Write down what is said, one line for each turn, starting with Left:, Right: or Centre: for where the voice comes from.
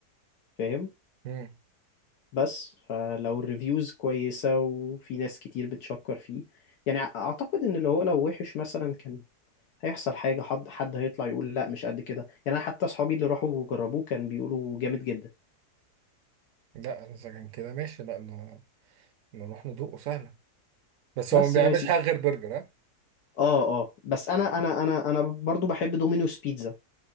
Left: فاهم
Right: امم
Left: بس فلو الريفيوز كويسة وفي ناس كتير بتشكر فيه يعني أع- اعتقد ان اللي هو لو وحش مثلا كان هيحصل حاجة حد حد هيطلع يقول لا مش قد كده يعني انا حتى اصحابي اللي راحوا وجربوه كان بيقولوا جامد جدا
Right: لا انا اذا كان كده ماشي لا ن- نروح ندوقه سهله بس
Left: بس
Right: هو ما بيعملش
Left: بقى يا سيدي
Right: حاجه غير برجر ها
Left: اه اه بس انا انا انا انا برضو بحب دومينوس بيتزا